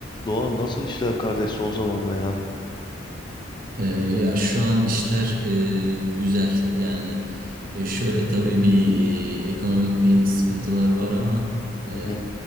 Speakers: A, on the left; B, on the right.
A: Doğan nasıl işler kardeş son zamanda ya?
B: Ee, ya şu an işler e, güzel yani e, şöyle tabii bir e, ekonomik bir sıkıntılar var ama e,
A: Hı hı.